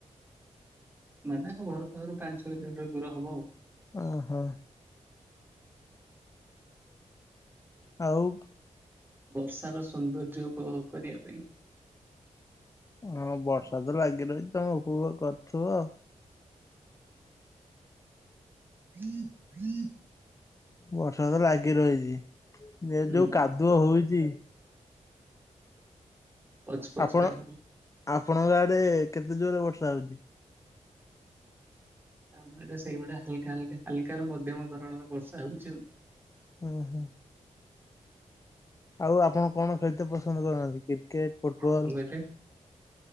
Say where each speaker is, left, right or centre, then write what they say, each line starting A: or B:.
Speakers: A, on the right (about 15°); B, on the left (about 25°).
A: ମାନେ ଆମ ଘର ପାଖରୁ ପାଞ୍ଚ ଛଅ କିଲୋମିଟର ଦୂର ହବ ଆଉ।
B: ଓହୋ ଆଉ।
A: ବର୍ଷାର ସୌନ୍ଦର୍ଯ୍ୟ ଉପଭୋଗ କରିବା ପାଇଁ।
B: ହଁ ବର୍ଷା ତ ଲାଗି ରହିଛି ତମେ ଉପଭୋଗ କରୁଥିବ।
A: ହଂ ହଂ
B: ବର୍ଷା ତ ଲାଗି ରହିଛି ଏ
A: ହୁଁ
B: ଯୋଉ କାଦୁଅ ହଉଛି।
A: ପଚ୍ ପଚ୍
B: ଆପଣ
A: କାଦୁଅ।
B: ଆପଣଙ୍କ ଆଡେ କେତେ ଜୋରରେ ବର୍ଷା ହଉଛି?
A: ଆମ ଆଡେ ସେଇଭଳିଆ ହାଲ ହାଲ ହାଲକୁ ମଧ୍ୟମ ଧରଣରେ ବର୍ଷା ହଉଛି ଆଉ।
B: <unintelligible> ଆଉ ଆପଣ କଣ ଖେଳିତେ ପସନ୍ଦ କରୁନାହାନ୍ତି। Cricket, football.
A: କଣ କହିଲେ